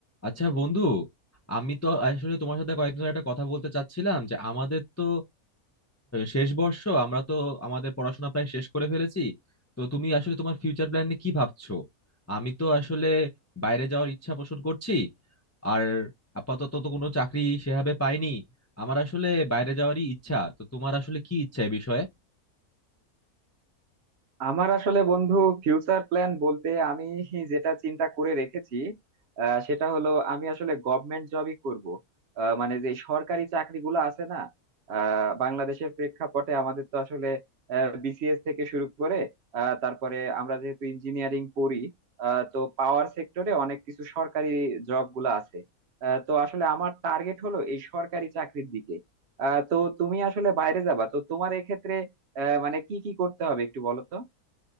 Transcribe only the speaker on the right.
আমার আসলে বন্ধু ফিউচার প্ল্যান বলতে আমি যেটা চিন্তা করে রেখেছি আহ, সেটা হলো আমি আসলে গভর্নমেন্ট জবই করব আহ, মানে যে সরকারি চাকরিগুলো আছে না আহ, বাংলাদেশের প্রেক্ষাপটে আমাদের তো আসলে বিসিএস থেকে শুরু করে আহ, তারপরে আমরা যেহেতু ইঞ্জিনিয়ারিং পড়ি আহ, তো পাওয়ার সেক্টরে অনেক কিছু সরকারি জব গুলো আছে আহ, তো আসলে আমার টার্গেট হলো এই সরকারি চাকরির দিকে আহ, তো তুমি আসলে বাইরে যাবা তো তোমার এক্ষেত্রে আহ, মানে কি কি করতে হবে একটু বলো তো